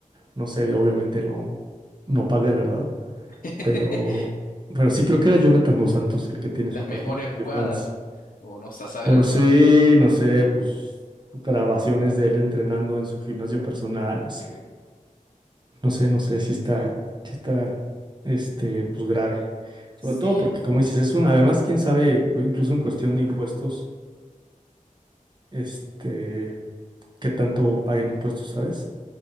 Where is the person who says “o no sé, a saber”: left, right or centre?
Left